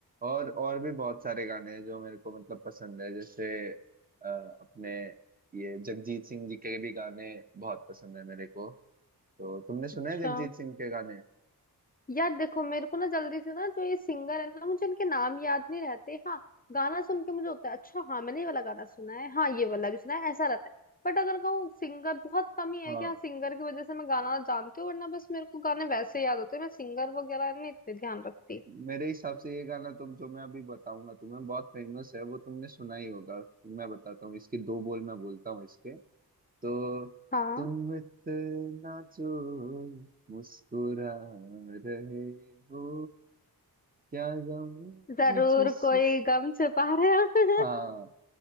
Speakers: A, on the right (about 25°); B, on the left (about 25°).
A: और और भी बहुत सारे गाने हैं जो मेरे को मतलब पसंद है जैसे अ, अपने ये जगजीत सिंह जी के भी गाने बहुत पसंद है मेरे को तो तुमने सुना
B: अच्छा
A: है जगजीत सिंह के गाने
B: यार देखो मेरे को ना जल्दी से ना जो ये सिंगर है ना मुझे इनके नाम याद नहीं रहते हाँ गाना सुन के मुझे होता है अच्छा हाँ मैंने ये वाला गाना सुना है हाँ ये वाला भी सुना है ऐसा रहता है बट अगर कहूँ सिंगर बहुत कम ही है
A: हाँ
B: कि हाँ सिंगर की वजह से मैं गाना जानती हूँ वरना बस मेरे को गाने वैसे याद होते हैं मैं सिंगर वगैरह नहीं इतने ध्यान रखती
A: मेरे हिसाब से ये गाना तुम जो मैं अभी बताऊंगा तुम्हें बहुत फेमस है वो तुमने सुना ही होगा मैं बताता हूँ इसकी दो बोल मैं बोलता हूँ इसके तो
B: हाँ
A: तुम इतना जो मुस्कुरा रहे हो क्या गम
B: जरूर
A: है जिस
B: कोई गम छुपा रहे हो
A: हाँ